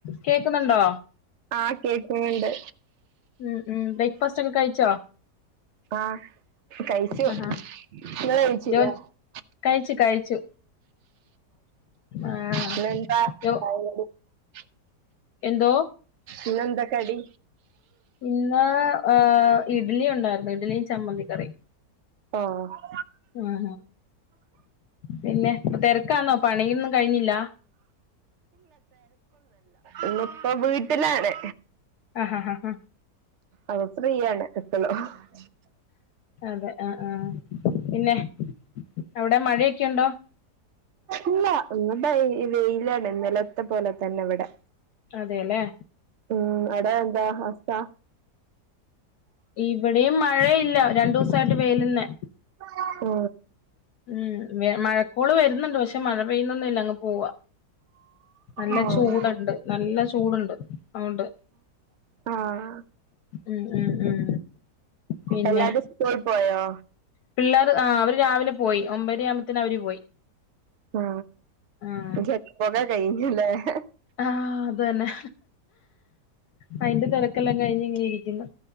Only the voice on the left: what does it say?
കേക്കുന്നുണ്ടോ
ഉം ഉം ടെ പക്ഷണം കഴിച്ചോ
ആഹാ
ജോ
കഴിച്ചു കഴിച്ചു ആഹ്
ജോ
എന്തോ
ഇന്ന് ഏ ഇഡ്ലി ഉണ്ടാർന്നു ഇഡ്ലിയും ചമ്മന്തി കറിയും
ആഹ പിന്നെ തെരക്കാന്നോ പണിയൊന്നും കഴിഞ്ഞില്ലാ
അ ഹ ഹ ഹാ
അതെ ആഹ് ആഹ് പിന്നെ അവിടെ മഴയൊക്യെണ്ടൊ
അതെ ല്ലേ
ഇവിടെയും മഴയില്ല രണ്ടൂസായിട്ട് വെയിലന്നെ
ഉം വെ മഴക്കോള് വരുന്നുണ്ട് പക്ഷെ മഴ പെയ്യുന്നൊന്നുല്ല്യ അങ്ങ് പോവാ നല്ല
ചൂടണ്ട് നല്ല ചൂടുണ്ട് ഓണ്ട്
ഉം ഉം ഉം പിന്നെ
പിള്ളേർ ആ അവര് രാവിലെ പോയി ഒമ്പര്യാകുമ്പത്തേന് അവര് പോയി
ആഹ്
ആഹ് അത് തന്നെ അയിന്റെ തെരക്കെല്ലാം കഴിഞ്ഞ് ഇങ്ങനെ ഇരിക്ക്ന്നാ